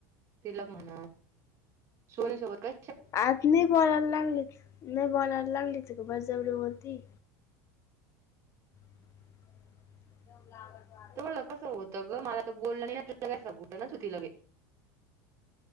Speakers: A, on the right; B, on the left.
A: तिला म्हण सोनीसोबत काय
B: आत नी बोलायला लागलीत नाही बोलायला लागली तर बरजबरी बोलती. एकदम लाभ का <unintelligible>
A: तर मला कसं होतं ग मला तर बोललं नाही <unintelligible> घुटणच होती लगे